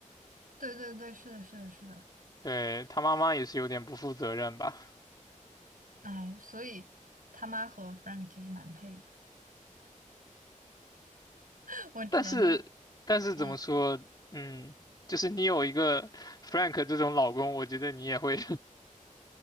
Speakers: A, on the right; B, on the left.
A: 对对对，是的，是的，是的，
B: 对，他妈妈也是有点不负责任吧。
A: 哎，所以他妈和 Frank 其实蛮配的，<laughs> 我只能都，
B: 但是但是怎么说，
A: 嗯，
B: 嗯，就是你有一个 Frank 这种老公，我觉得你也会